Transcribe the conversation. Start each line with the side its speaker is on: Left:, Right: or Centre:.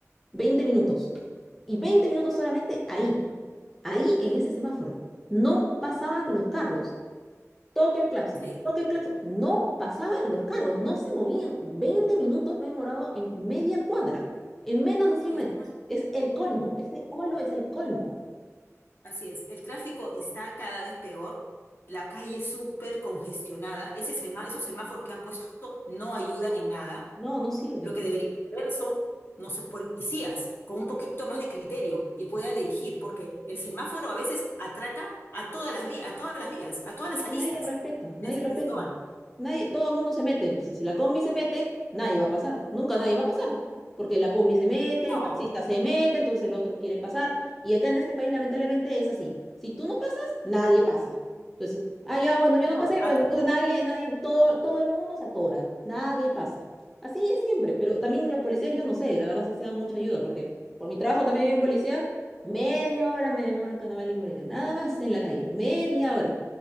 Centre: 20 minutos. Y 20 minutos solamente ahí, ahí en ese semáforo. No pasaban los carros. Toque el claxon,
Left: sí.
Centre: toque el claxon. No pasaban los carros, no se movían. 20 minutos me he demorado en media cuadra, en menos de 100
Left: El
Centre: metros.
Left: tra-
Centre: Es el colmo, ese óvalo es el colmo.
Left: así es, el tráfico está cada vez peor, la calle es súper congestionada, ese semá- esos semáforos que han puesto no ayudan en nada.
Centre: No, no sirven.
Left: Lo que deberían haber son, no sé, policías con un poquito más de criterio y puedan dirigir, porque el semáforo a veces atraca a todas las vías, a todas las vías, a todas
Centre: Es
Left: las aristas
Centre: que nadie respeta, nadie
Left: de Circuito
Centre: respeta.
Left: Urbano.
Centre: Nadie, todo el mundo se mete. Entonces, si la combi se mete, nadie va a pasar. Nunca nadie va a pasar. Porque la combi se mete,
Left: No,
Centre: el taxista se mete, entonces el otro quiere pasar. Y acá en este país, lamentablemente, es así. Si tú no pasas, nadie pasa. Entonces, ah, ya, bueno, yo
Left: no,
Centre: no pasé,
Left: acá-
Centre: bueno, entonces nadie, nadie, todo, todo el mundo se atora. Nadie pasa. Así es siempre. Pero también los policías, yo no sé, la verdad sí se dan mucha ayuda, porque por mi trabajo también hay un policía. Media hora me demoro en Carnaval y Moreira. Nada más en la calle. Media hora